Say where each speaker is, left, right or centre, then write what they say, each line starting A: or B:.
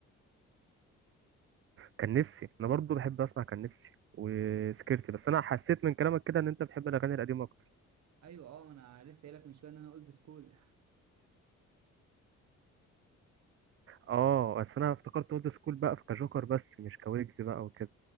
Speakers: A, on the right; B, on the right.
A: كان نفسي انا برضو بحب اسمع كان نفسي وسكرتي بس انا حسيت من كلامك كده ان انت بتحب الاغاني القديمة
B: ايوه اه انا لسه قايلك من شويه ان انا اولد سكول
A: اه بس انا افتكرت اولد سكول بقى في كجوكر بس مش كويجز بقى وكده